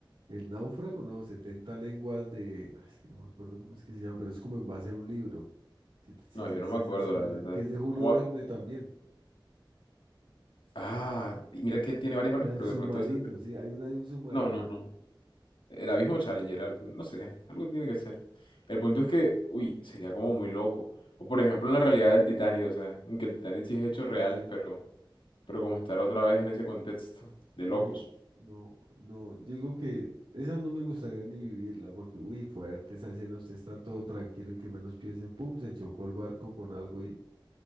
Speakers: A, on the right; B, on the left.
A: el náufrago, no, 70 lenguas de, ah, es que no me acuerdo cómo es que se llama, pero es como en base a un libro. Si, si,
B: No, yo
A: sa-
B: no
A: si
B: me acuerdo,
A: sabes cuál
B: la verdad.
A: es, que es de Julio
B: ¿Cómo?
A: Verne también.
B: Ah, y mira que él tiene varias buenas,
A: La del
B: pero
A: submarino,
B: de pronto ese-
A: sí, hay una de un submarino.
B: No, no, no. El Abismo Challenger, al- no sé, algo tiene que ser. El punto es que, uy, sería como muy loco. O por ejemplo en la realidad del Titanic, o sea, aunque el Titanic sí es hechos reales, pero, pero como estar otra vez en ese contexto de
A: Uy,
B: locos.
A: no, no, yo digo que esa no me gustaría ni vivirla, porque uy, fuerte esa escena, usted está todo tranquilo y que menos piense, pum, se chocó el barco con algo y,